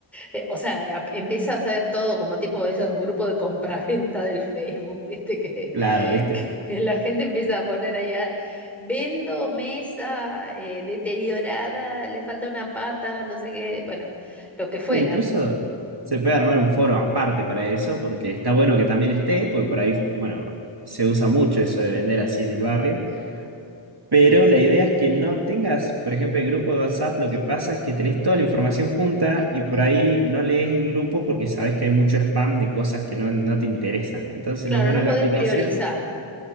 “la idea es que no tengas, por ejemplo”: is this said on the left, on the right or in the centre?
Right